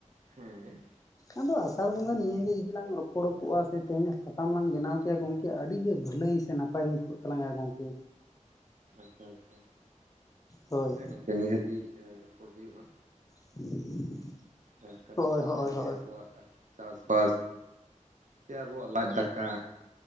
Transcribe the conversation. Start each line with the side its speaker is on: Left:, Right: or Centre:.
Right: ᱦᱮᱸ
Left: ᱟᱫᱚ ᱟᱥᱟᱲ ᱵᱚᱸᱜᱟ ᱱᱤᱭᱟᱹᱜᱮ ᱡᱩᱫᱤ ᱞᱟᱝ ᱨᱚᱯᱚᱲ ᱠᱚᱜᱼᱟ ᱥᱮ ᱛᱮᱦᱮᱧᱟᱜ ᱥᱟᱛᱟᱢ ᱞᱟᱝ ᱵᱮᱱᱟᱣ ᱠᱮᱭᱟ ᱜᱚᱝᱠᱮ ᱟᱹᱰᱤ ᱜᱮ ᱵᱷᱟᱹᱞᱟᱹᱭ ᱥᱮ ᱱᱟᱯᱟᱭ ᱦᱩᱭ ᱠᱚᱜ ᱛᱟᱞᱟᱝᱟ ᱜᱚᱝᱠᱮ
Right: ᱟᱪᱪᱷᱟ ᱟᱪᱪᱷᱟ
Left: ᱦᱳᱭ
Right: ᱦᱮᱸ ᱜᱚᱝᱠᱮ ᱱᱤᱦᱟᱹᱛᱤ ᱨᱚᱯᱚᱲ ᱦᱩᱭᱩᱜᱼᱟ᱾
Left: <unintelligible>
Right: ᱡᱟᱦᱮ ᱠᱟᱨᱚᱱ
Left: ᱦᱳᱭ
Right: ᱥᱟᱢᱱᱮ
Left: ᱦᱳᱭ
Right: ᱨᱮᱜᱮ
Left: ᱦᱳᱭ
Right: ᱟᱵᱚᱣᱟᱜ ᱪᱟᱥᱵᱟᱥ ᱥᱮ ᱟᱵᱚᱣᱟᱜ ᱞᱟᱡ ᱫᱟᱠᱟ